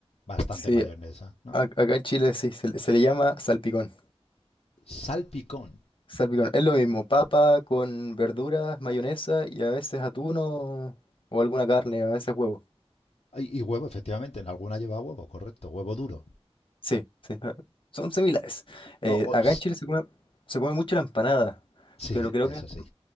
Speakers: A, on the left; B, on the left.
A: bastante
B: Sí,
A: mayonesa, ¿no?
B: a- acá en Chile sí, se, le se le llama salpicón.
A: Salpicón.
B: Salpicón, es lo mismo, papa con verduras, mayonesa y a veces atún o, o alguna carne, a veces huevo.
A: Y, y huevo, efectivamente, en alguna lleva huevo, correcto, huevo duro.
B: Sí, sí, eh, son similares. Eh,
A: O, o,
B: acá en Chile se come, se come mucho la empanada,
A: sí,
B: pero creo
A: eso
B: que...
A: sí.